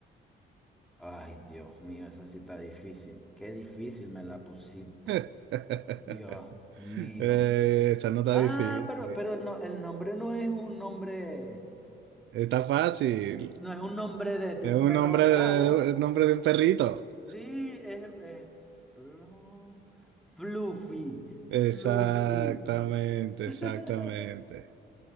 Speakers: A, in the centre; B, on the right (about 70°).
A: Ay, Dios mío, esa sí está difícil. Qué difícil me la pusiste.
B: <laughs>
A: Dios mío.
B: Eh, esta no está
A: Ah,
B: difícil.
A: pero, pero el, no- el nombre no es un nombre,
B: Está fácil.
A: sí, no es un nombre de, de
B: Es
A: un
B: un
A: perro
B: nombre
A: bravo.
B: de, el nombre de un perrito.
A: Sí, es, es Plo- Fluffy,
B: Exactamente,
A: Fluffy. <laughs>
B: exactamente.